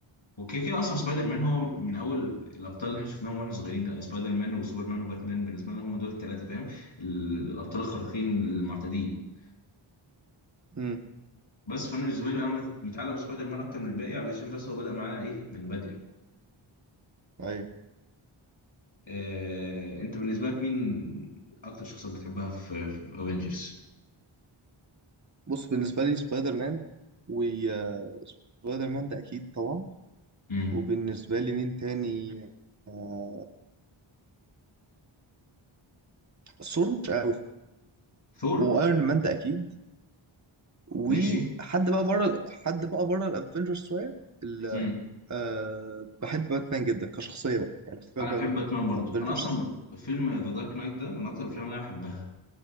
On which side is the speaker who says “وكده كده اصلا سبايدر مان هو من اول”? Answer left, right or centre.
Left